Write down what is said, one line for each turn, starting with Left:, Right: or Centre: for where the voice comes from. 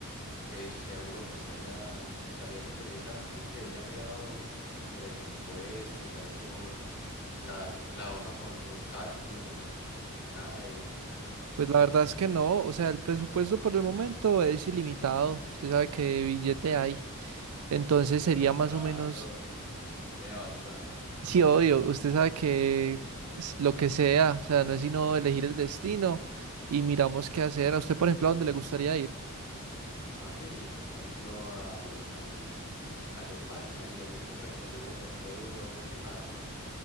Left: Pues Europa estaría, estaría interesante y que ella ha mirado presupuestos, ha hecho la, hi- la hoja con los cálculos o no, o nada de eso.
Right: Pues la verdad es que no, o sea, el presupuesto por el momento es ilimitado, usted sabe qué billete hay. Entonces
Left: Sí, eso,
Right: sería
Left: eso
Right: más
Left: trabajando
Right: o menos...
Left: queda bastante.
Right: Sí, obvio, usted sabe que s- lo que sea, o sea, no es sino elegir el destino y miramos qué hacer. A usted, por ejemplo, a dónde le gustaría ir.
Left: A mí, por ejemplo, a Alemania. Alemania y hacer un recorrido por toda Europa en carro,